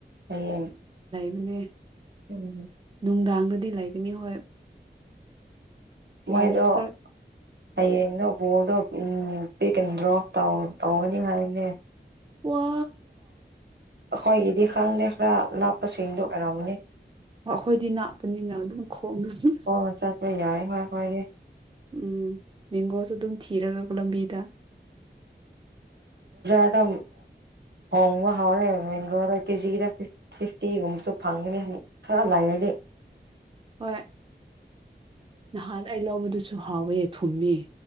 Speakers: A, on the right; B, on the right.
A: ꯍꯌꯦꯡ
B: ꯃꯥꯅꯦ
A: ꯎꯝ
B: ꯅꯨꯡꯗꯥꯡꯒꯗꯤ ꯂꯩꯕꯅꯤ ꯍꯣꯏ ꯀ꯭ꯂꯥꯁꯇ
A: ꯃꯣꯏꯗꯣ ꯍꯌꯦꯡꯗꯣ ꯕꯣꯜꯗꯣ ꯄꯤꯛ ꯑꯦꯟ ꯗ꯭ꯔꯣꯞ ꯇꯧꯒꯅꯤ ꯍꯥꯏꯅꯦ
B: ꯋꯥ
A: ꯑꯩꯈꯣꯏꯒꯤꯗꯤ ꯈꯪꯗꯦ ꯈꯔ ꯂꯥꯞꯄꯁꯤꯡꯗꯣ ꯑꯣꯏꯔꯝꯃꯅꯦ
B: ꯑꯩꯈꯣꯏꯗꯤ ꯅꯥꯠꯄꯅꯤꯅ ꯑꯗꯨꯝ ꯈꯣꯡ ꯆꯠꯂꯅꯤ
A: ꯈꯣꯡꯅ ꯆꯠꯄ ꯌꯥꯏ ꯍꯣꯏ ꯍꯣꯏꯗꯤ
B: ꯎꯝ ꯃꯦꯡꯒꯣꯁꯨ ꯑꯗꯨꯝ ꯊꯤꯔꯒ ꯂꯝꯕꯤꯗ
A: <unintelligible> ꯍꯣꯡꯕ ꯍꯧꯎꯔꯦ ꯃꯦꯡꯒꯂꯗ ꯀꯦꯖꯤꯒꯤꯗ ꯐꯤꯐꯇꯤꯒꯨꯝꯕꯁꯨ ꯐꯪꯒꯅꯤ ꯈꯔ ꯂꯩꯔꯗꯤ
B: ꯍꯣꯏ ꯅꯍꯥꯟ ꯑꯩ ꯂꯧꯕꯗꯨꯁꯨ ꯍꯥꯎꯋꯦ ꯊꯨꯝꯃꯤ